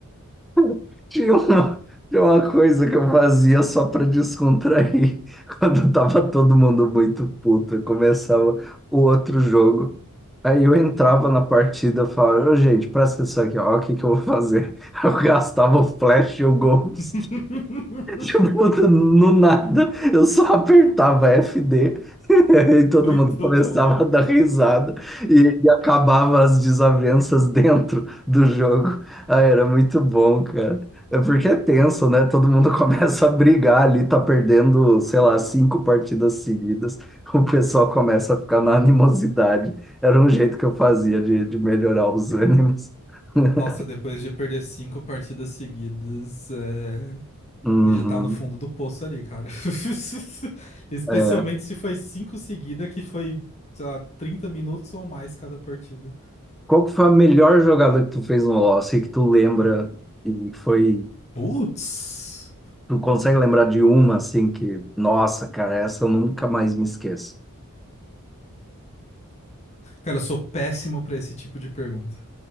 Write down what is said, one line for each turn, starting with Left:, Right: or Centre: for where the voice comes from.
Centre: <laughs> Tinha uma, tinha uma coisa que eu fazia só para descontrair <laughs> quando tava todo mundo muito puto. Eu começava o outro jogo. Aí eu entrava na partida e falava, "Ô, gente, presta atenção aqui, ó, o que que eu vou fazer? <laughs> Eu gastava o flash e o ghost.
Left: <laughs>
Centre: <laughs> Tipo, do- no nada, eu só apertava F D <laughs> E aí todo
Left: Muito
Centre: mundo começava
Left: bom.
Centre: a dar risada e, e acabava as desavenças <laughs> dentro do jogo. Ah, era muito bom, cara. É porque é tenso, né? Todo mundo <laughs> começa a brigar ali, tá perdendo, sei lá, cinco partidas seguidas. O pessoal começa a ficar na animosidade. Era um jeito que eu fazia de, de melhorar os ânimos. <laughs>
Left: Nossa, depois de perder cinco partidas seguidas, é.
Centre: Uhum,
Left: E já tá no fundo do poço ali, cara. <laughs> Especialmente
Centre: é.
Left: se foi cinco seguida, que foi, sei lá, 30 minutos ou mais cada partida.
Centre: Qual que foi a melhor jogada que tu fez no LoL? Assim, que tu lembra e foi
Left: Putz!
Centre: Tu consegue lembrar de uma assim que, nossa, cara, essa eu nunca mais me esqueço.
Left: Cara, eu sou péssimo pra esse tipo de pergunta.